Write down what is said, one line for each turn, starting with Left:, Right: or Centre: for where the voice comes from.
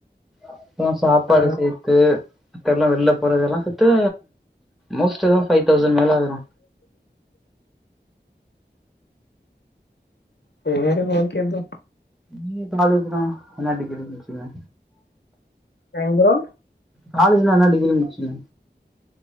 Centre: அப்பறோ சாப்பாடு
Left: ஆ
Centre: சேத் து மத்த எல்லா வெளில போறதெல்லா சேத்து மோஸ்ட் அதா ஃபைவ் தௌசண்ட் மேல ஆயிரு
Left: சேரி ஓகே ப்ரோ
Centre: நீ காலேஜ்தா நா டிகிரி முடிச்சிருந்தே
Left: சாய்ந்தரோ
Centre: காலேஜ்ல என்ன டிகிரி முடிச்சிங்க